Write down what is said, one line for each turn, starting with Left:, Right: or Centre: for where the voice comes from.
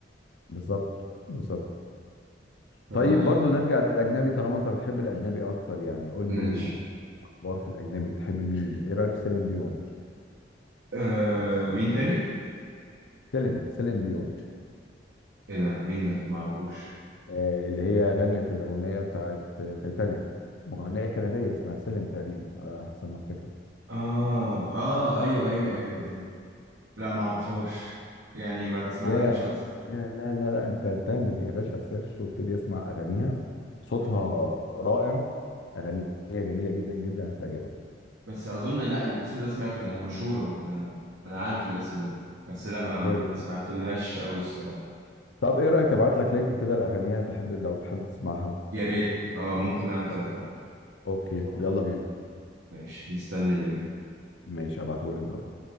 Left: بالظبط بالظبط
Right: ف-
Left: طيب برضو نرجع للأجنبي طالما أنت بتحب الأجنبي أكتر يعني قول
Right: ماشي
Left: لي أخبار في الأجنبي بتحب مين؟ إيه رأيك في سيلين ديون؟
Right: آه مين تاني؟
Left: سيلين سيلين ديون
Right: ايه ده مين ده؟ معرفوش
Left: آه، اللي هي غنت الأغنية بتاعت آه، تايتانيك مغنية كندية اسمها سيلين تقريبا على حسب ما افتكر
Right: اه اه ايوه ايوه ايوه لا معرفهاش يعني ما بسمع
Left: يا
Right: لهاش
Left: يا لا لا لا انت تعمل يا باشا سيرش وابتدي اسمع اغانيها صوتها
Right: مم.
Left: رائع اغانيها جميلة جدا جدا هتعجبك
Right: بس اظن لا الاسم ده سمعته يعني هي مشهوره انا انا عارف الاسم ده بس لا ما
Left: مشهورة جدا
Right: ما سمعتلهاش قوي الصراحه
Left: طب ايه رأيك ابعت لك لينك كده لاغانيها تحب لو تحب تسمعها
Right: يا ريت اه ممكن نعمل
Left: خلاص
Right: كده فعلا
Left: اوكي
Right: طيب،
Left: يلا بينا
Right: ماشي مستني اللي
Left: ماشي هبعتهولك دلوقتي